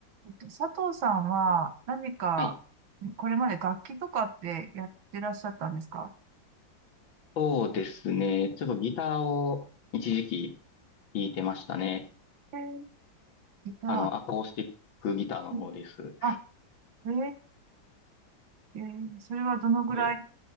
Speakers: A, on the right; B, on the left.
A: えっと、佐藤さんは何か、
B: はい。
A: これまで楽器とかってやってらっしゃったんですか
B: そうですね。ちょっとギターを一時期弾いてましたね。
A: えーギタ
B: あの、アコースティックギターの方です。
A: ー。うんあ、えええーそれはどのぐらい
B: で